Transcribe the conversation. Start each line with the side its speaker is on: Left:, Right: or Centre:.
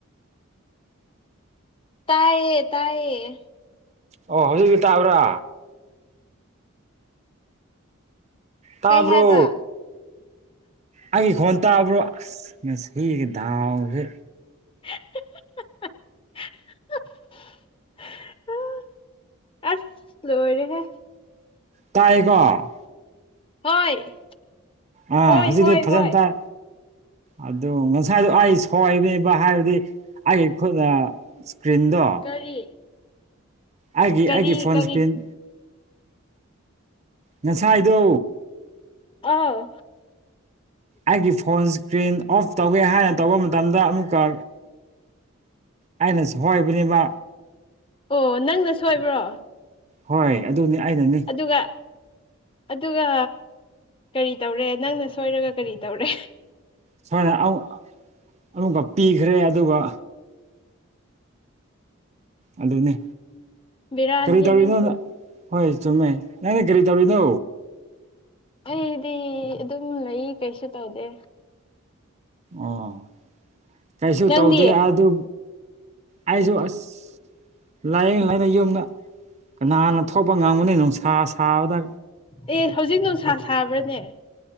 Left: ꯇꯥꯏꯌꯦ ꯇꯥꯏꯌꯦ
Right: ꯑꯣ ꯍꯧꯖꯤꯛꯇꯤ ꯇꯥꯕ꯭ꯔꯥ ꯇꯥꯕ꯭ꯔꯣ
Left: ꯀꯩ ꯍꯥꯏꯕ
Right: ꯑꯩꯩ ꯈꯣꯟ ꯇꯥꯕ꯭ꯔꯣ ꯃꯁꯤꯒꯤ ꯗꯥꯥꯎꯁꯤ
Left: <unintelligible> ꯑꯁ ꯂꯣꯏꯔꯦꯍꯦ
Right: ꯇꯥꯏꯌꯦꯀꯣ
Left: ꯍꯣꯏ
Right: ꯑ
Left: ꯍꯣꯏ
Right: ꯍꯧꯖꯤꯗꯤ
Left: ꯍꯣꯏ
Right: ꯐꯖꯟ
Left: ꯍꯣꯏ
Right: ꯇꯥꯏ ꯑꯗꯨ ꯉꯁꯥꯏꯗ ꯑꯩ ꯁꯋꯥꯏꯅꯦꯕ ꯍꯥꯏꯕꯗꯤ ꯑꯩꯒꯤ ꯈꯨꯠ ꯑꯥ ꯁ꯭ꯀ꯭ꯔꯤꯟ ꯗꯣ
Left: ꯀꯔꯤ
Right: ꯑꯩꯒꯤ
Left: ꯀꯔꯤ
Right: ꯑꯩꯒꯤ ꯐꯣꯟ
Left: ꯀꯔꯤ
Right: ꯁꯀ꯭ꯔꯤꯟ ꯉꯁꯥꯏꯗꯣ
Left: ꯑꯧ
Right: ꯑꯩꯒꯤ ꯐꯣꯟ ꯏꯁꯀ꯭ꯔꯤꯟ ꯑꯣꯐ ꯇꯧꯒꯦ ꯍꯥꯏꯅ ꯇꯧꯕ ꯃꯇꯝꯗ ꯑꯃꯨꯛꯀ ꯑꯩꯅ ꯁꯣꯏꯕꯅꯤꯕ
Left: ꯑꯣ ꯅꯪꯅ ꯁꯣꯏꯕ꯭ꯔꯣ
Right: ꯍꯣꯏ ꯑꯗꯨꯅꯤ ꯑꯩꯅꯅꯤ
Left: ꯑꯗꯨꯒ ꯑꯗꯨꯒ ꯀꯔꯤ ꯇꯧꯔꯦ ꯅꯪꯅ ꯁꯣꯏꯔꯒ ꯀꯔꯤ ꯇꯧꯔꯦ
Right: ꯁꯨꯃꯥꯏꯅ ꯑꯃꯛ ꯑꯃꯨꯛꯀ ꯄꯤꯈ꯭ꯔꯦ ꯑꯗꯨꯒ ꯑꯗꯨꯅꯦ
Left: ꯕꯤꯔꯥꯅꯤꯍꯦ
Right: ꯀꯔꯤ ꯇꯧꯔꯤꯅꯣ
Left: ꯅꯪꯁꯨ
Right: ꯍꯣꯏ ꯆꯨꯃꯦ ꯅꯪꯅꯤ ꯀꯔꯤ ꯇꯧꯔꯤꯅꯣ
Left: ꯑꯩꯗꯤ ꯑꯗꯨꯝ ꯂꯩꯏ ꯀꯩꯁꯨ ꯇꯧꯗꯦ
Right: ꯑꯣ ꯀꯩꯁꯨ
Left: ꯅꯪꯗꯤ
Right: ꯇꯧꯗꯦ
Left: ꯑꯣ
Right: ꯑꯗꯨ ꯑꯩꯁꯨ ꯑꯁ ꯂꯥꯏꯌꯦꯡ ꯂꯩ ꯌꯨꯝꯗ ꯀꯅꯥꯅ ꯊꯣꯛꯄ ꯉꯥꯝꯉꯅꯤ ꯅꯨꯡꯁꯥ ꯁꯥꯕꯗ
Left: ꯑꯦ ꯍꯧꯖꯤꯛ ꯅꯨꯡꯁꯥ ꯁꯥꯕ꯭ꯔꯅꯦ